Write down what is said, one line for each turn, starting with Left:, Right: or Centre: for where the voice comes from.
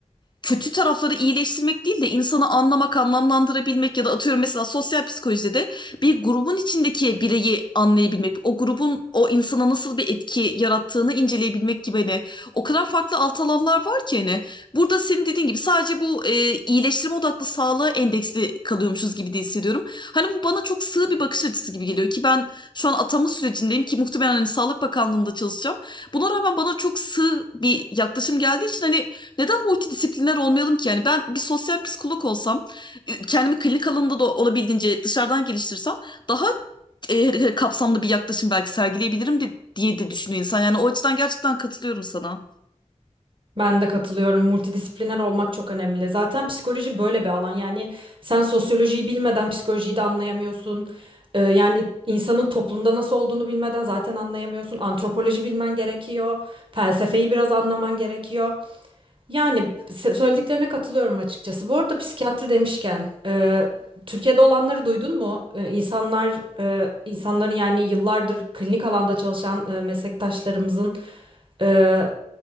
Left: kötü tarafları iyileştirmek değil de insanı anlamak, anlamlandırabilmek ya da atıyorum mesela sosyal psikolojide de bir grubun içindeki bireyi anlayabilmek, o grubun o insana nasıl bir etki yarattığını inceleyebilmek gibi hani o kadar farklı alt alanlar var ki hani Burada senin dediğin gibi sadece bu e, iyileştirme odaklı sağlığa endeksli kalıyormuşuz gibi de hissediyorum. Hani bu bana çok sığ bir bakış açısı gibi geliyor ki ben şu an atama sürecindeyim ki muhtemelen hani Sağlık Bakanlığı'nda çalışacağım. Buna rağmen bana çok sığ bir yaklaşım geldiği için hani neden multidisipliner olmayalım ki? Yani ben bir sosyal psikolog olsam, e, kendimi klinik alanında da olabildiğince dışarıdan geliştirsem daha e, kapsamlı bir yaklaşım belki sergileyebilirim de- diye de düşünüyor insan. Yani o açıdan gerçekten katılıyorum sana.
Right: Ben de katılıyorum. Multidisipliner olmak çok önemli. Zaten psikoloji böyle bir alan. Yani sen sosyolojiyi bilmeden psikolojiyi de anlayamıyorsun. Ee, yani insanın toplumda nasıl olduğunu bilmeden zaten anlayamıyorsun. Antropoloji bilmen gerekiyor. Felsefeyi biraz anlaman gerekiyor. Yani se- söylediklerine katılıyorum açıkçası. Bu arada psikiyatri demişken, e, Türkiye'de olanları duydun mu? E, insanlar, e, insanların yani yıllardır klinik alanda çalışan e, meslektaşlarımızın e,